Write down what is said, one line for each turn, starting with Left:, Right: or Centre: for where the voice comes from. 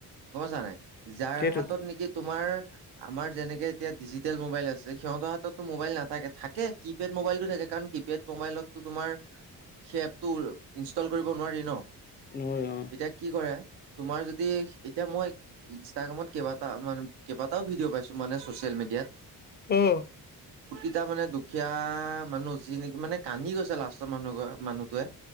Right: গমপাইছা নাই, যাৰ
Left: সেইটোৱে,
Right: হাত তোমাৰ আমাৰ যেনেকে এতিয়া ডিজিটেল মোবাইল আছে সিহঁত মোবাইল নাথাকে থাকে কি পেড মোবাইলটো থাকে কাৰণ কিপেড মোবাইলতটো তোমাৰ সেই এপটো ইনষ্টল কৰিব নোৱাৰি ন।
Left: নহয় অ'।
Right: এতিয়া কি কৰে তোমাৰ যদি এতিয়া মই ইনষ্টাগ্ৰামত কেইবা কেইবাটাও ভিডিঅ' পাইছোঁ মানে ছ'চিয়েল মিডিয়াত।
Left: অ'।
Right: এতিয়া মানে দুখীয়া মানুহ যি নেকি মানে কান্দি গৈছে লাষ্টৰ মানুহ মানুহটোৱে।